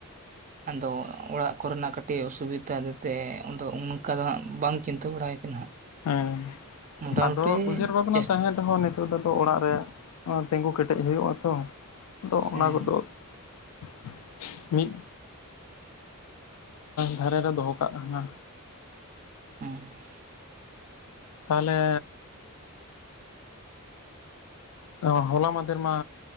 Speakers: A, on the right; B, on the left.
A: ᱟᱫᱚ ᱚᱲᱟᱜ ᱠᱚᱨᱮᱱᱟᱜ ᱠᱟᱹᱴᱤᱡ ᱚᱥᱩᱵᱤᱫᱟ ᱛᱮ ᱟᱫᱚ ᱚᱱᱠᱟ ᱫᱚ ᱦᱟᱸᱜ ᱵᱟᱝ ᱪᱤᱱᱛᱟᱹ ᱵᱟᱲᱟ ᱠᱟᱱᱟ ᱦᱟᱸᱜ
B: ᱦᱮᱸ
A: ᱢᱚᱴᱟᱢᱩᱴᱤ
B: ᱟᱫᱚ ᱩᱭᱦᱟᱹᱨ ᱵᱷᱟᱵᱽᱱᱟ
A: ᱪᱮᱥ
B: ᱛᱟᱦᱮᱸ ᱨᱮᱦᱚᱸ ᱱᱤᱛᱚᱜ ᱫᱚ ᱚᱲᱟᱜ ᱨᱮ ᱛᱤᱸᱜᱩ ᱠᱮᱴᱮᱡ ᱦᱩᱭᱩᱜ ᱟ ᱛᱚ᱾ ᱟᱫᱚ ᱚᱱᱟ
A: ᱦᱮᱸ
B: ᱠᱚᱫᱚ <unintelligible> ᱢᱤᱫ ᱫᱷᱟᱨᱮ ᱨᱮ ᱫᱚᱦᱚ ᱠᱟᱜ ᱠᱟᱱᱟ
A: <unintelligible>
B: ᱛᱟᱦᱞᱮ ᱦᱚᱞᱟ ᱢᱟᱫᱷᱮᱨ ᱢᱟ